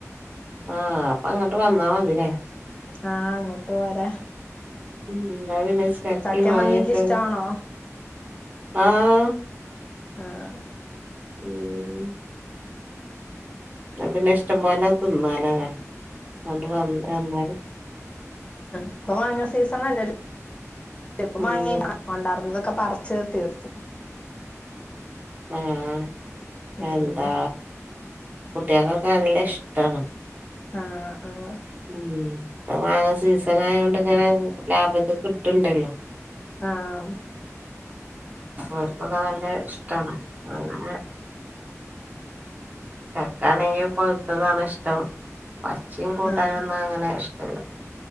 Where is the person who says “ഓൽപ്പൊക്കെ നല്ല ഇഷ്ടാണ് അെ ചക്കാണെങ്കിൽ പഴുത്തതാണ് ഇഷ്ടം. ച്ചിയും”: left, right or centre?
Right